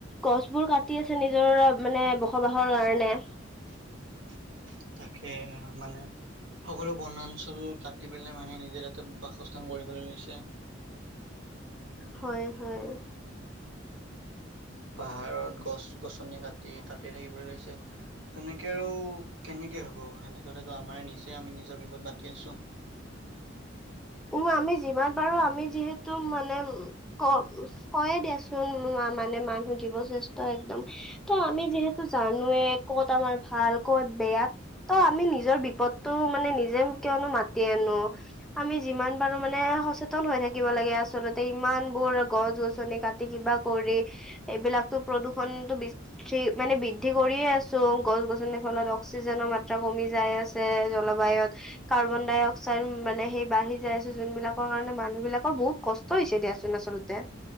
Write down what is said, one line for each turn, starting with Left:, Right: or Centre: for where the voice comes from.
Centre: গছবোৰ কাটি আছে নিজৰ মানে বসবাসৰ কাৰণে।
Right: <inaudible> তাকেহে মানে সকলো বনাঞ্চল কাটি পেলাই মানে নি ইয়াতে বাসস্থান কৰিবলৈ লৈছে।
Centre: হয়, হয়।
Right: পাহাৰত গছ গছনি কাটি তাতে থাকিবলৈ লৈছে তেনেকে আৰু কেনে সক হ'ব সেনেকে হলেতো আমাৰ নিজে আমি নিজৰ বিপদ মাতি আছো।
Centre: উম, আমি যিমান পাৰো আমি যিহেতু মানে ক কয়ে দিয়াছো মানে মানুহ যিৱ শ্ৰেষ্ঠ একদম ত আমি যিহেতু জানে ক'ত আমাৰ ভাল ক'ত বেয়া ত আমি নিজৰ বিপদতটো মানে নিজ যে কিয়নো মাতি আনো, আমি যিমান পাৰো মানে সচেতন হৈ থাকিব লাগে আচলতে ইমান বোৰ গছ গছনি কাটি কিবা কৰি এইবিলাকো প্ৰদূষণটো বৃষ্টি মানে বৃদ্ধি কৰিয়ে আছো গছ গছনি ফলত। সচিজেনৰ মাত্ৰা কমি জাই আছে জলবাইত কৰ্বন্দাই অক্সাইড মানে বাঢ়ি যাই আছো যোনবিলাকৰ কাৰণে মানুহ বিলাকৰ বহুত কষ্ট হৈছে দিয়াচোন আচলতে।